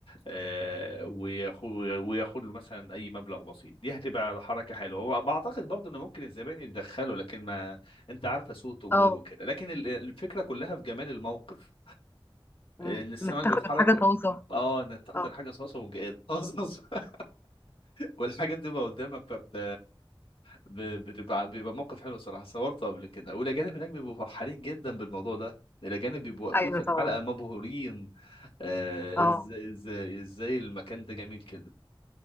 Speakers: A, on the left; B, on the left.
A: آه، وياخد وياخد له مثلا اي مبلغ بسيط دي هتبقى حركه حلوه هو بعتقد برضو ان ممكن الزبائن يتدخلوا لكن ما انت عارفه سوق التجار
B: اه
A: وكده لكن ال- الفكره كلها في جمال الموقف
B: أمم،
A: ان السمك
B: انك تاخد
A: بيتحرك
B: الحاجة طازة
A: اه انك تاخد
B: اه
A: الحاجه صاصه وجاد <laughs> والحاجة بتبقى قدامك فبت ب- بتبقى بيبقى موقف حلو صراحة صورته قبل كده والأجانب هناك بيبقوا فرحانين جدا بالموضوع ده الأجانب بيبقوا واقفين
B: ايوه
A: في الحلقة
B: طبعا
A: مبهورين آه،
B: اه
A: ازاي ازاي ازاي المكان ده جميل كده